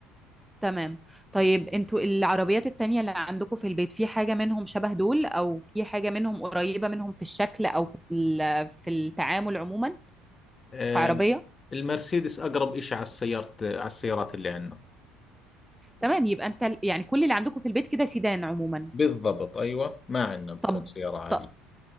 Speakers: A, in the centre; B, on the left.
A: تمام طيب انتوا العربيات التانية اللي عندكم في البيت في حاجه منهم شبه دول او في حاجه منهم قريبه منهم في الشكل او في ال- في التعامل عموما
B: آه،
A: كعربيه
B: المرسيدس أقرب إشي على السيارة على السيارات اللي عندنا
A: تمام يبقى انت ال- يعني كل اللي عندكم في البيت كده سيدان عموما
B: بالضبط أيوة ما عندنا بكون
A: طب
B: سيارة عالية
A: ط-